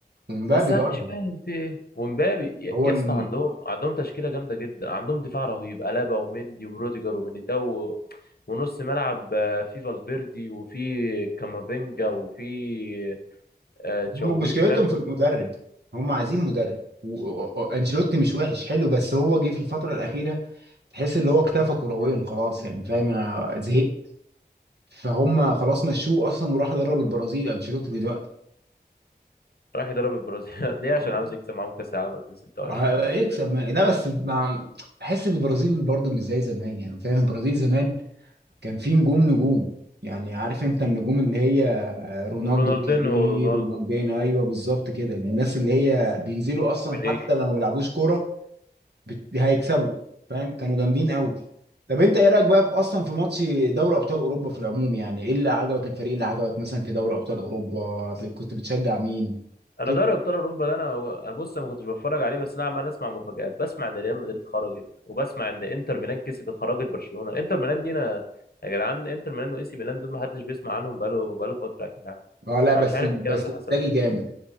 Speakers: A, on the right; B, on the left.
A: ومبابي
B: بس انا
A: برضو
B: مش فاهم في ايه ومبابي يا
A: هو
B: يا
A: الم...
B: اسطى عندهم عندهم تشكيله جامده جدا عندهم دفاع رهيب الابا ومندي وروديجر وميليتاو و- ونص ملعب آه، في فالفيردي وفي كامافينجا وفي آه، تشاوميني
A: هم مشكلتهم
B: فاهم
A: في المدرب هم عايزين مدرب وانشيلوتي مش وحش حلو بس هو جه في الفتره الاخيره تحس ان هو اكتفى كرويا خلاص يعني فاهم انا زهقت فهم خلاص مشوه اصلا وراح درب البرازيل انشيلوتي دلوقتي
B: راح يضرب البرازيل <laughs> ليه
A: اه
B: عشان عاوز يكسب معاهم كاس العالم 2026
A: هيكسب
B: ولا حاجه
A: ما... لا بس مع... بحس ان البرازيل برضو مش زي زمان يعني فاهم البرازيل زمان كان في نجوم نجوم يعني عارف انت النجوم اللي هي رونالدو
B: رونالدينو
A: الكبير
B: ورونالدو
A: رونالدينho ايوه بالظبط كده الناس اللي هي بينزلوا اصلا
B: وبيليه
A: حتى لو ما بيلعبوش كوره بت- هيكسبوا فاهم كانوا جامدين قوي طب انت ايه رايك بقى في اصلا في ماتش دوري ابطال اوروبا في العموم يعني ايه اللي عجبك الفريق اللي عجبك مثلا في دوري ابطال اوروبا في- كنت بتشجع مين
B: انا
A: كده
B: دوري ابطال اوروبا ده انا أنا بص ما كنتش بتفرج عليه بس انا عمال اسمع مفاجآت بسمع ان ريال مدريد خرجت وبسمع ان انتر ميلان كسبت خرجت برشلونه انتر ميلان دي انا يا جدعان انتر ميلان واي سي ميلان دول ما حدش بيسمع عنهم بقاله بقاله فتره يا جدعان
A: اه لا بس
B: انا مش عارف
A: بس
B: الكلام ده
A: انزاجي
B: حصل امتى
A: جامد